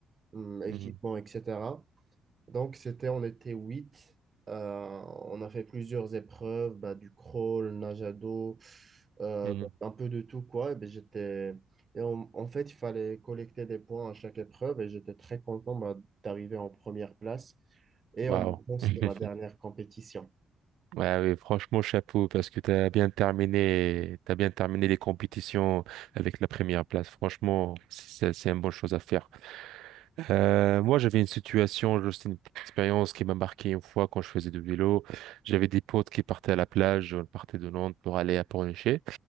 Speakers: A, on the right (about 35°); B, on the right (about 85°).
A: hum, équipement,
B: Mhm.
A: etc. Donc, c'était, on était huit. Euh, on a fait plusieurs épreuves, bah, du crawl, nage à dos, euh,
B: Mhm.
A: bah, un peu de tout, quoi. Et ben, j'étais... et en, en fait, il fallait collecter des points à chaque épreuve et j'étais très content bah, d'arriver en première place. Et
B: Waouh.
A: en même temps, c'était
B: <laughs>
A: ma dernière compétition.
B: Ouais, oui, franchement, chapeau, parce que t'as bien terminé, t'as bien terminé les compétitions avec la première place. Franchement, c'est, c'est une bonne chose à faire. Euh, moi, j'avais une situation, juste une petite expérience qui m'a marqué une fois quand je faisais du vélo. J'avais des potes qui partaient à la plage, on partait de Nantes pour aller à Pornichet.